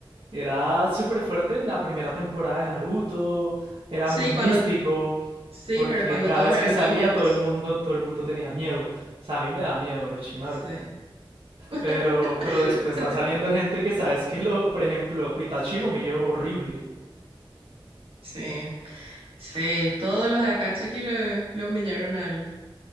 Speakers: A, on the right; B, on the right.
A: Era súper fuerte la primera temporada de Naruto, era
B: sí,
A: muy
B: cuando,
A: místico,
B: sí,
A: porque
B: pero cuando
A: cada
B: todos
A: vez
B: eran
A: que salía
B: niños,
A: todo el mundo, todo el mundo tenía miedo. O sea, a mí me da miedo Orochimaru.
B: sí, <laughs>
A: Pero, pero después va saliendo gente que sabes que lo, por ejemplo, Itachi lo humilló horrible.
B: sí, sí, todos los de Akatsuki lo, lo humillaron a él,